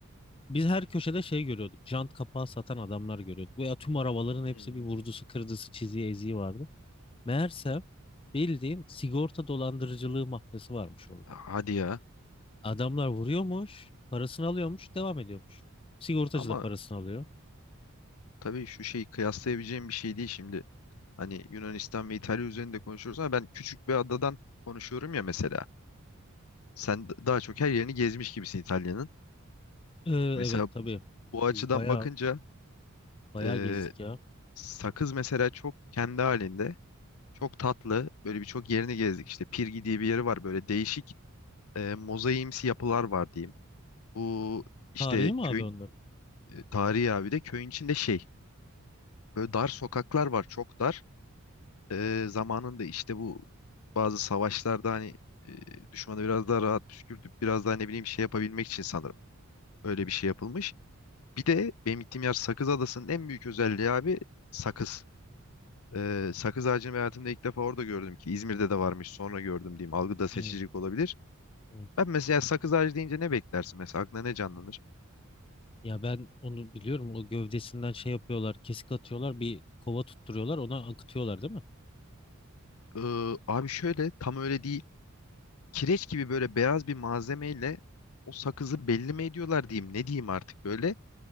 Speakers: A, on the left (about 25°); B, on the left (about 80°).
A: biz her köşede şey görüyorduk. Jant kapağı satan adamlar görüyorduk. Veya tüm arabaların hepsi
B: Hmm.
A: bir vurdusu, kırdısı, çiziği, eziği vardı. Meğerse bildiğin sigorta dolandırıcılığı mafyası varmış orada.
B: Hadi ya.
A: Adamlar vuruyormuş, parasını alıyormuş, devam ediyormuş. Sigortacı
B: Ama
A: da parasını alıyor.
B: tabii şu şeyi kıyaslayabileceğim bir şey değil şimdi. Hani Yunanistan ve İtalya üzerinde konuşuyoruz ama ben küçük bir adadan konuşuyorum ya mesela. Sen d- daha çok her yerini gezmiş gibisin İtalya'nın.
A: Ee,
B: Mesela
A: evet tabii.
B: bu açıdan
A: Biz bayağı
B: bakınca
A: bayağı
B: e,
A: gezdik ya.
B: sakız mesela çok kendi halinde. Çok tatlı. Böyle birçok yerini gezdik. İşte Pirgi diye bir yeri var. Böyle değişik e, mozaiimsi yapılar var diyeyim. Bu işte
A: Tarihi mi
B: köyün
A: abi onlar?
B: e, tarihi abi de köyün içinde şey. Böyle dar sokaklar var, çok dar. Ee, zamanında işte bu bazı savaşlarda hani e, düşmanı biraz daha rahat püskürtüp biraz daha ne bileyim şey yapabilmek için sanırım öyle bir şey yapılmış. Bir de benim gittiğim yer Sakız Adası'nın en büyük özelliği abi sakız. Ee, sakız ağacını ben hayatımda ilk defa orada gördüm ki İzmir'de de varmış sonra gördüm diyeyim. Algıda seçicilik
A: Evet,
B: olabilir.
A: evet.
B: Ben mesela sakız ağacı deyince ne beklersin mesela aklına ne canlanır?
A: Ya ben onu biliyorum. O gövdesinden şey yapıyorlar. Kesik atıyorlar. Bir kova tutturuyorlar. Ona akıtıyorlar değil mi?
B: Ee, abi şöyle tam öyle değil. kireç gibi böyle beyaz bir malzemeyle o sakızı belli mi ediyorlar diyeyim ne diyeyim artık böyle